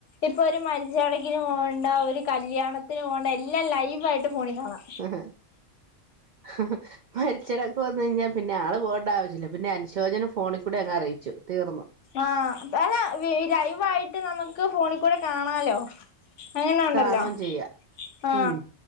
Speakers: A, on the left (about 65°); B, on the right (about 75°).
A: ഇപ്പൊരു മരിച്ചടക്കിന് പോവണ്ട ഒരു കല്യാണത്തിന് പോണ്ട എല്ലാം ലൈവായിട്ട് ഫോണിൽ കാണാം.
B: ആഹ് <unintelligible> മരിച്ചടൊക്കെ വന്നുഴിഞ്ഞാ പിന്നെ ആള് പോണ്ടാവിശ്യല്ല, പിന്നെ അനുശോചനം ഫോണികൂടങ്ങ് അറീച്ചു, തീർന്നു.
A: ആന് അല്ല ഈ ലൈവായിട്ട് നമ്മക്ക് ഫോണികൂടെ കാണാലോ അങ്ങനെണ്ടല്ലോ
B: കാണുകയും ചെയ്യാം
A: ആ
B: ഉം